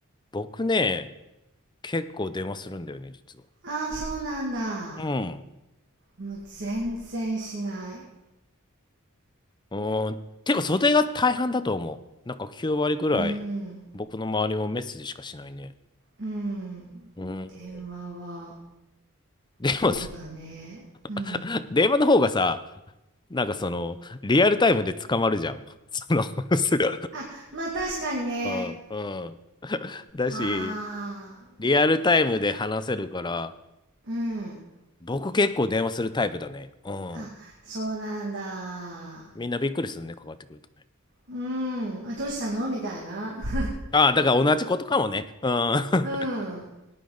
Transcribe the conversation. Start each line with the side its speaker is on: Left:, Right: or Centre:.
Left: 僕ね、結構電話するんだよね、実は。
Right: ああ、そうなんだ。
Left: うん。
Right: もう全然しない。
Left: うん。てか、それが大半だと思う。なんか9割ぐらい、
Right: うん。
Left: 僕の周りもメッセージしかしないね。
Right: うん。
Left: うん。
Right: 電話は、
Left: でも、
Right: そうだね。うん。
Left: <laughs> 電話の方がさ、なんかその、リアルタイムで捕まるじゃん。その、<laughs> すぐ。
Right: あ、まあ確かにね。
Left: うんうん。<laughs> だし、
Right: ああ、
Left: リアルタイムで話せるから、
Right: うん。
Left: 僕結構電話するタイプだね。うん。
Right: あ、そうなんだ。
Left: みんなびっくりするね、かかってくるとね。
Right: うん。あどうしたのみたいな。<laughs>
Left: ああ、だから同じことかもね。うん。<laughs>
Right: うん。